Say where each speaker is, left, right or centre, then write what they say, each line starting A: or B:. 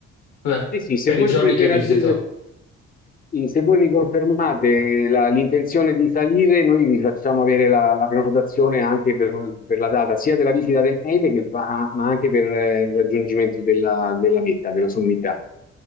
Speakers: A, on the left; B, on the left.
A: Cioè,
B: Sì, sì, se
A: per
B: voi
A: i giorni
B: volete
A: che
B: raggiungere...
A: visito.
B: Sì, Se voi mi confermate la- l'intenzione di salire, noi vi facciamo avere la, la prenotazione anche per, per la data sia della visita del Teide, che va- ma anche per eh, il raggiungimento della, della vetta, della sommità.